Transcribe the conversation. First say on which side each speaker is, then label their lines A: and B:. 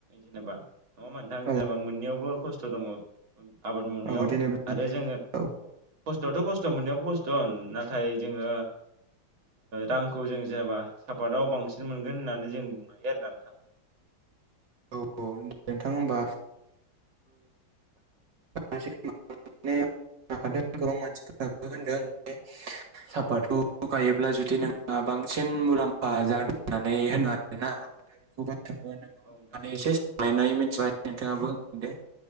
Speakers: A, on the right; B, on the right.
A: जेनेबा नङा होनबा नोंथां जेनेबा
B: औ
A: बा मोननैआवबो खस्थ' दङ आबाद मावनायाव
B: औ जेनेबा
A: आरो जोङो
B: औ
A: खस्थ'आथ' खस्थ' मोननायावो खस्थ' नाथाय जोङो रांखौ जों जेनेबा सापातआव बांसिन मोनगोन होननानै जों बुंनो हायो आरो ना नोंथां।
B: औ-औ नोंथां होमबा <unintelligible> साफाथ'खौ गायोब्ला जुदि नोंङो बांसिन मुलाम्फा जागोन होननानै होनो आरोना <unintelligible>
A: औ नोंथां औ
B: एसे सायनानै मिथिबाय नोंथाङाबो दे